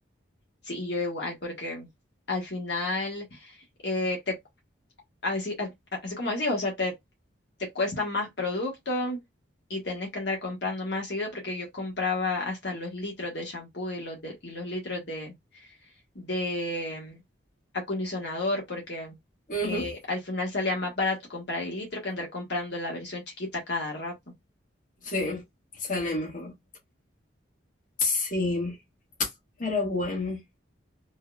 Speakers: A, on the left; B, on the left.
A: sí, yo igual, porque al final, eh, te, así, a- a- así como decís, o sea, te, te cuesta más producto y tenés que andar comprando más seguido, porque yo compraba hasta los litros de shampoo y los, de, y los litros de acondicionador, porque
B: Ujú,
A: eh, al final salía más barato comprar el litro que andar comprando la versión chiquita cada rato.
B: Sí, sale mejor. Sí, pero bueno,